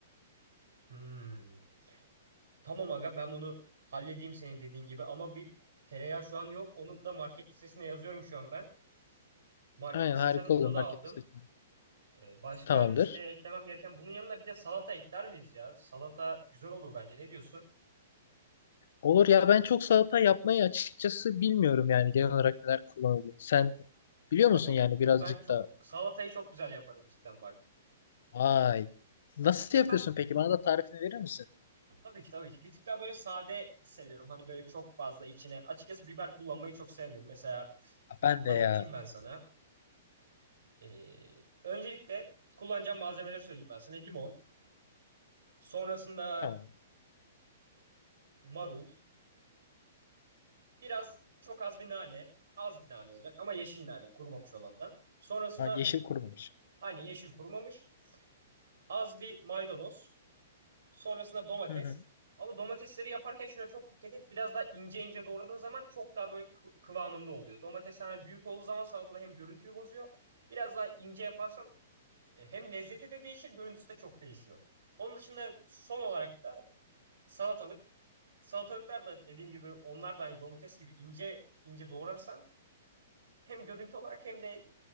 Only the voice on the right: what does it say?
Hmm. Tamam aga ben bunu halledeyim senin dediğin gibi ama bir tereyağı şu an yok. Onu da market listesine yazıyorum şu an ben. Market
listesinden
onu
da aldım.
Ee, başka
listeye eklemem gereken bunun yanına bir de salata ekler miyiz ya? Salata güzel olur bence. Ne diyorsun?
Aga
onu
ben çok
salatayı çok güzel yaparım cidden bak.
Açıkçası
ben
tabii ki tabii ki bir tık daha böyle sade seviyorum. Hani böyle çok fazla içine açıkçası biber kullanmayı çok sevmiyorum. Mesela
anlatayım
ben sana. Ee, öncelikle kullanacağım malzemeleri söyleyeyim ben sana. Limon Sonrasında
marul. Biraz çok az bir nane. Az bir nane olacak ama yeşil nane kurumamış olandan. Sonrasında
aynı yeşil kurumamış. Az bir maydanoz. Sonrasında domates.
Ama domatesleri yaparken şuna çok dikkat et. Biraz daha ince ince doğradığın zaman çok daha böyle kı- kıvamında oluyor. Domates hani büyük olduğu zaman salatada hem görüntüyü bozuyor. Biraz daha ince yaparsan e, hem lezzeti de değişir, görüntüsü de çok değişiyor. Onun dışında son olarak da salatalık. Salatalıklar da dediğim gibi onlar da hani domates gibi ince ince doğrarsan hem görüntü olarak hem de